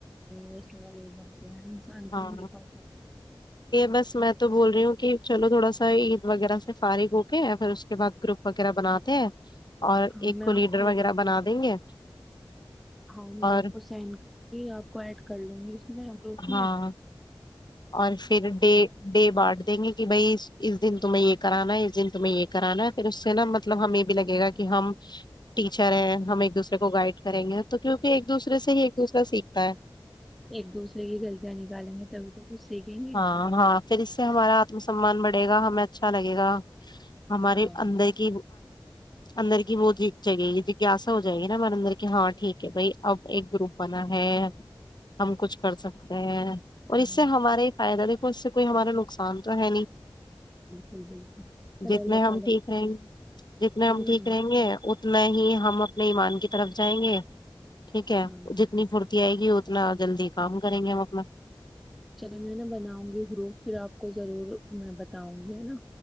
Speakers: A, in the centre; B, on the left.
A: وہ سال ہو جاتے ہیں ہر انسان کر
B: ہاں
A: نہیں پاتا
B: بس میں تو بول رہی ہوں کہ چلو تھوڑا سا عید وغیرہ سے فارغ ہو کے پھر اس کے بعد گروپ وغیرہ بناتے ہیں اور
A: ہاں
B: ایک
A: میں
B: کو
A: آپ
B: لیڈر وغیرہ بنا دیں گے
A: ہاں میں
B: اور
A: آپ کو سینڈ کروں گی آپ کو ایڈ کر لوں گی اس میں گروپ
B: ہاں
A: میں
B: اور پھر ڈے ڈے بارٹ دیں گے کہ بائی اس دن تمہیں یہ
A: آپ
B: کرانا اس دن تمہیں یہ کرانا پھر اس سے نا مطلب ہمیں بھی لگے گا کہ ہم ٹیچر ہیں ہم ایک دوسرے کو گائڈ کریں گے تو کیونکہ ایک دوسرے سے ہی ایک دوسرا سیکھتا ہے
A: ایک دوسرے کی غلطیاں نکالیں گے تبھی تو کچھ سیکھیں گے
B: ہاں ہاں پھر اس سے ہمارا آتم سمان بڑھے گا ہمیں اچھا لگے گا ہمارے
A: ہاں ہاں
B: اندر کی اندر کی وہ ج جگہ جاسا ہو جائے گی نا ہمارے اندر کی ہاں ٹھیک ہے بھائی اب ایک گروپ بنا ہے ہم کچھ کر سکتے ہیں اور
A: ہاں
B: اس سے ہمارے فائد کچھ کوئی ہمار نقصان تو ہے نہیں
A: بالکل بالکل چلے
B: جتنے
A: اللہ
B: ہم
A: تعالی
B: ٹھیک رہیں گے جتنے
A: کی
B: ہم
A: مرضی
B: ٹھیک
A: اور مجھ-
B: رہیں گے اتنا ہی ہم اپنے ایمان کی طرف جائیں گے ٹھیک ہے
A: ہاں
B: جتنی پھرتی آئے گی اتنا جلدی کام کریں گے ہم اپنا
A: چلو میں نا بناؤں گی گروپ پھر آپ کو ضرور میں بتاؤں گی ہے نا